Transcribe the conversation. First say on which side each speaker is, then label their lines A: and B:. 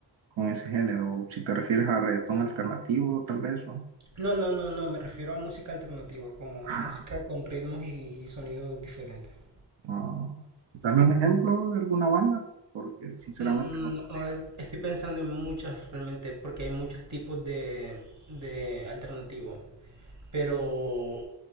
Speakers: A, on the right; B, on the right.
A: con ese género. Si te refieres a reggaetón alternativo, tal vez, ¿no?
B: No, no, no, no, me refiero a música alternativa, como
A: Ah,
B: música con ritmos y, y sonidos diferentes.
A: no. Dame un ejemplo de alguna banda, porque sinceramente
B: Mm,
A: no podría.
B: a ver, estoy pensando en muchas realmente, porque hay muchos tipos de, de alternativo. Pero